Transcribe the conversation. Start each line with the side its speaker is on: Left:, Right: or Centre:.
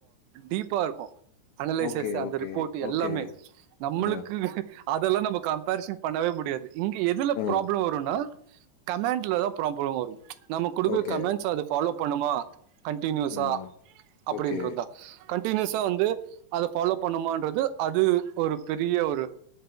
Right: டீப்பா இருக்கும் அனலெசிஸ்
Left: ஓகே,
Right: அந்த
Left: ஓகே,
Right: ரிப்போர்ட் எல்லாமே
Left: ஓகே.
Right: நம்மளுக்கு
Left: அ,
Right: அதெல்லா நம்ம கம்பரிசன் பண்ணவே முடியாது இங்க எதுல
Left: அ,
Right: ப்ராப்ள வரும்னா கமாண்ட்லதான் ப்ராப்ளம் வரும் நம்ம குடுக்கற
Left: ஓகே,
Right: கமாண்ட்ஸ் அது ஃபாலோ பண்ணுமா கன்டினியூஸா
Left: ம்,
Right: அப்படின்றது
Left: ஓகே,
Right: தான் கன்ட் டினியூஸா வந்து அத பாலோ பண்ணுமான்றது அது ஒரு பெரிய ஒரு